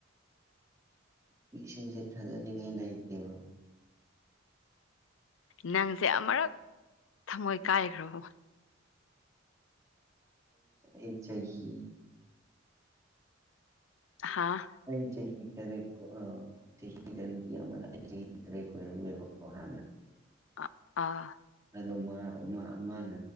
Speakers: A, on the right; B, on the left.
A: ꯄꯤꯁꯤꯡꯁꯦ ꯊꯥꯖꯅꯤꯡꯉꯥꯏ ꯂꯩꯇꯦꯕ꯫
B: ꯅꯪꯁꯦ ꯑꯃꯨꯔꯛ ꯊꯃꯣꯏ ꯀꯥꯏꯈ꯭ꯔꯕꯣ
A: ꯑꯗꯨ ꯆꯍꯤ
B: ꯍꯥꯥ
A: ꯑꯩ ꯆꯍꯤ ꯆꯍꯤ ꯇꯔꯦꯠ ꯑꯥ ꯆꯍꯤꯍꯤꯗꯄꯤꯌꯥ ꯆꯍꯤꯔꯍ <inaudible>
B: ꯑꯥ ꯑꯥ
A: ꯑꯗꯣ ꯃꯥ ꯃꯥꯅ